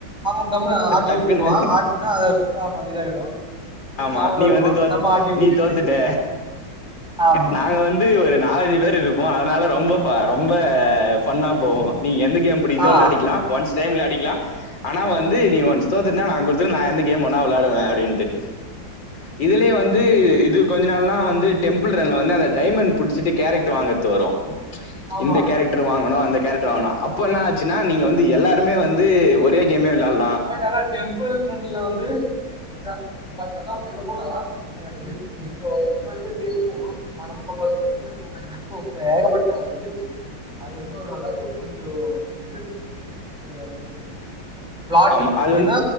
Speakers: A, in the centre; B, on the left.
A: அவ கம்னு ஆட்டி
B: டக்குன்னு
A: உட்ருவா ஆட்டனா அத ஆமா இதாயிடு திருப்பி
B: ஆமா
A: அவன் விளாடுவா
B: நீ வந்து தோத்
A: நம்ம ஆட்டி விட்டு
B: நீ தோத்துட்ட
A: ஆமா
B: நாங்க வந் து ஒரு நாலஞ்சு பேரு இருப்போ அதனால ரொம்ப பா ரொம்ப ஃபன்னா போவு நீ எந்த கேம் இப்புடி இது
A: ஆ
B: விளாடிக்கலா ஒன்ஸ் டைம் விளாடிக்கலா ஆனா வந்து நீ ஒன்ஸ் தோத்துட்னா நா குடுத்தற நா எந்த கேம் வேண்ணா வெளாடுவ அப்டின்ட்டு இதுலே வந்து இது கொஞ்ச நாள்லா வந்து டெம்பிள் ரன்ல வந்து அந்த டைமண்ட் புடிச்சிட்டு கேரக்ட் வாங்கறது வரு
A: ஆமா
B: இந்த கேரட் ட்டரு வாங்கனு அந்த கேரட் வாங்கனோ அப்ப
A: ஆமா
B: என்னச்சுன்னா நீங்க வந்து எல்லாருமே வந்து ஒரே கேமே விளால்
A: பட் அனா டெம்பிள் ரன்ல வந்து அதா பட் அதா சொல்ல போனா அ எது இப்போ <inaudible> இப்போ ஏகப்பட்ட இது இருக்கு அது வந்து ஒரு அளவுக்கு கொஞ்சோ இது இருக்கு ஒரு அப்கிரேட் <inaudible> பிளாட்
B: ஆமா அது
A: எப்டின்னா
B: வந்து